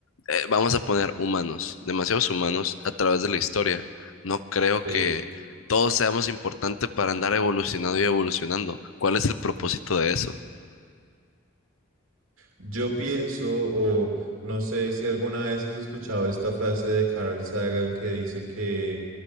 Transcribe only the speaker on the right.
Sí.
Yo pienso, o no sé si alguna vez has escuchado esta frase de Carl Sagan que dice que